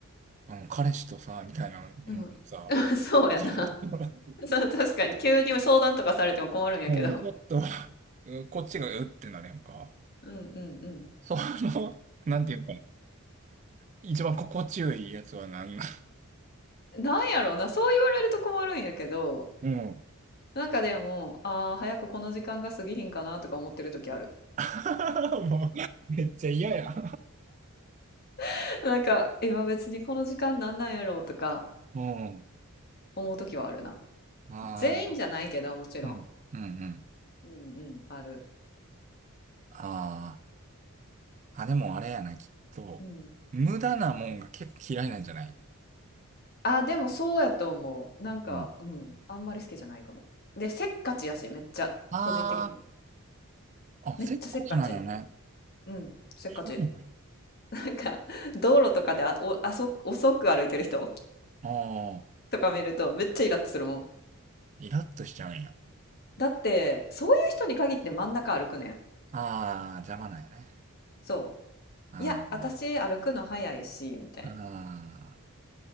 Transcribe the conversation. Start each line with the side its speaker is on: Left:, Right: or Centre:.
Right: う、あの、彼氏とさ、みたいな、うんさ、
Left: うん。<laughs> そうやな。
Right: <laughs>
Left: そう、確かに急に相談とかされても困るんやけど。
Right: もうちょっと、<laughs> うこっちがうってなれんか。
Left: うんうん
Right: その、なんていうか、一番心地よいやつは何なの
Left: うん。なんやろうな、そう言われると困るんやけど、
Right: うん。
Left: なんかでも、ああ、早くこの時間が過ぎひんかなとか思ってる時ある。
Right: <laughs> もう、めっちゃ嫌や。
Left: <laughs> なんか、今別にこの時間なんなんやろうとか
Right: うん。
Left: 思う時はあるな。
Right: ああ、
Left: 全員じゃないけど、もちろん。
Right: うん、うん、うん。
Left: うんうん、ある。
Right: ああ、あ、でもあれやな、きっと。
Left: うん。
Right: 無駄なもんが結構嫌いなんじゃない
Left: あ、でもそうやと思う。なんか、
Right: うん。
Left: うん。あんまり好きじゃないかも。で、せっかちやし、めっちゃ、
Right: あ
Left: 個人的には。
Right: あ、あ、
Left: めっちゃせっかち。
Right: せっかちなんよね。
Left: うん。せっかち。
Right: そうなんや。
Left: <laughs> なんか、道路とかであ、お、あそ、遅く歩いてる人
Right: ああ、
Left: <laughs> とか見ると、めっちゃイラッとするもん。
Right: イラッとしちゃうんや。
Left: だって、そういう人に限って真ん中歩くねん。
Right: ああ、邪魔なんやね。
Left: そ
Right: あ
Left: う。いや、私歩くの早いし、みたいな。
Right: あ、ああ、